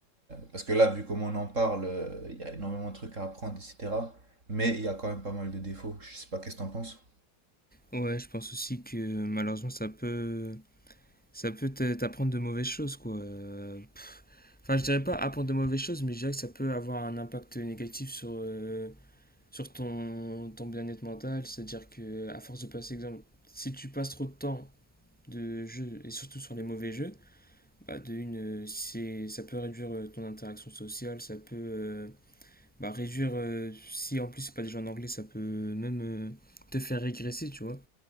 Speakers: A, on the right; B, in the centre.
A: Parce que là, vu comment on en parle, euh, il y a énormément de trucs à apprendre, etc. Mais il y a quand même pas mal de défauts. Je sais pas qu'est-ce que t'en penses.
B: Ouais, je pense aussi que malheureusement, ça peut, ça peut t'a- t'apprendre de mauvaises choses, quoi. Euh, Enfin, je dirais pas apprendre de mauvaises choses, mais je dirais que ça peut avoir un impact négatif sur, euh, sur ton, ton bien-être mental. C'est-à-dire que à force de passer, exemple, si tu passes trop de temps de jeu et surtout sur les mauvais jeux, bah, de une, euh, c'est, ça peut réduire euh, ton interaction sociale, ça peut euh, bah, réduire, euh, si en plus c'est pas des jeux en anglais, ça peut même euh, te faire régresser, tu vois.